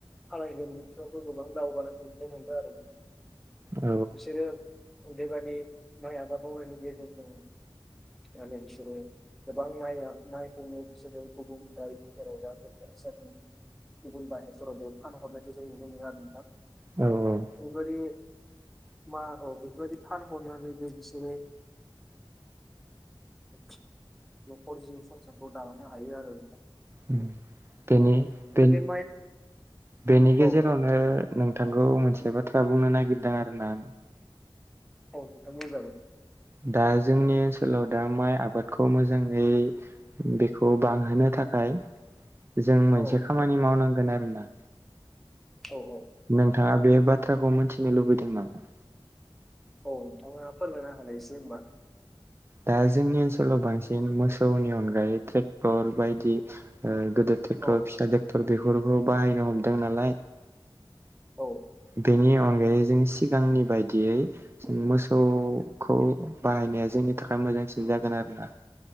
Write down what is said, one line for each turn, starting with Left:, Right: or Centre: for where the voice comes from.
Centre: खालाइबोर बिथिङावबो गोबां दावगानायखौ नुनो मोन्दों आरो नोंथां
Right: औ
Centre: बिसोरो बेबादि माइ आबाद मावनाय गेजेरजों आरो बिसोरो गोबां माया मायखौनो बिसोरो गुबुननि दारै एबा गेजेराव आसारनि गुबुन बा शहराव फानहरनायखौ जों नुनो मोनोआरो नोंथां
Right: औ
Centre: ओैरैबायदि मा औ बेफोरबायदि फानहरनानैबो बिसोरो <unintelligible> न'खर जिउ संसारखौ दालांनो हायो आरो नोंथां
Right: उम बेनि बेनि
Centre: बे माइ
Right: बेनि गेजेरावनो
Centre: औ
Right: ओ नोंथांखौ मोनसे बाथ्रा बुंनो नागिरदों आरोना आं
Centre: औ नोंथां बुंजागोन
Right: दा जोंनि ओनसोलाव दा माइ आबादखौ मोजाङै बेखौ बांहोनो थाखाय जों मोनसे
Centre: औ
Right: खामानि मावनांगोन आरोना
Centre: औ औ।
Right: नोंथाङा बे बाथ्राखौ मिथिनो लुबैदों नामा?
Centre: औ नोंथांङा फोरमायना होनाय एसे होमबा
Right: दा जोंनि ओनसोलाव बांसिन मोसौनि अनगायै ट्रेक्टर बायदि ओ गोदोर टेक्टर
Centre: औ
Right: फिसा ट्रेक्टर बेफोरखौ बाहायनो हमदों नालाय
Centre: औ।
Right: बेनि अनगायै जों सिगांनि बायदियै जों मोसौखौ बाहायनाया जोंनि थाखाय मोजांसिन जागोन आरोना